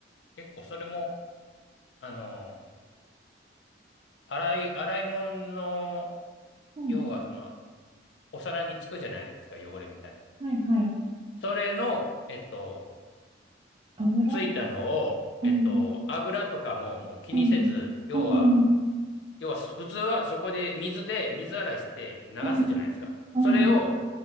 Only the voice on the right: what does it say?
うん。
はいはい。
油
うん。
うん。
うん。
うん。うん。